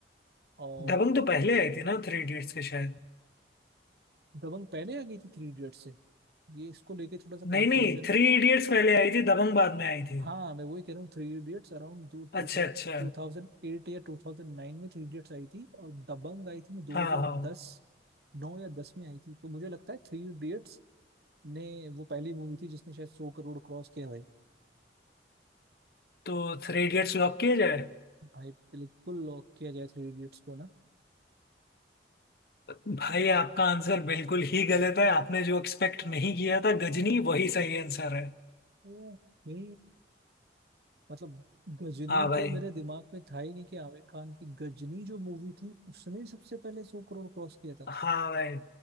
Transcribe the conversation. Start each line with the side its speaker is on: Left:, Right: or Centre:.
Right: और
Left: दबंग तो पहले आई थी ना थ्री इडियट्स के शायद
Right: दबंग पहले आ गई थी थ्री इडियट्स से ये इसको लेके थोड़ा सा
Left: नहीं
Right: कंफ्यूजन
Left: नहीं थ्री
Right: है
Left: इडियट्स पहले आई थी दबंग बाद में आई थी
Right: हाँ मैं वही कह रहा हूँ three idiots around two
Left: अच्छा
Right: thousand
Left: अच्छा
Right: two thousand eight या टू थाउजेंड नाइन में थ्री इडियट्स आई थी और दबंग आई थी दो
Left: हाँ
Right: हजार
Left: हाँ
Right: दस नौ या दस में आई थी तो मुझे लगता है थ्री इडियट्स ने वो पहली मूवी थी जिसने शायद सौ करोड़ क्रॉस किया भाई
Left: तो थ्री इडियट्स लॉक किया जाए
Right: भाई बिल्कुल लॉक किया जाए थ्री इडियट्स को ना
Left: भाई आपका आंसर बिल्कुल ही गलत है आपने जो एक्सपेक्ट नहीं किया था गजनी वही सही आंसर है
Right: ओके मतलब गजनी
Left: हाँ भाई
Right: तो मेरे दिमाग में था ही नहीं कि आमिर खान की गजनी जो मूवी थी उसने सबसे पहले सौ करोड़ क्रॉस किया था
Left: हाँ भाई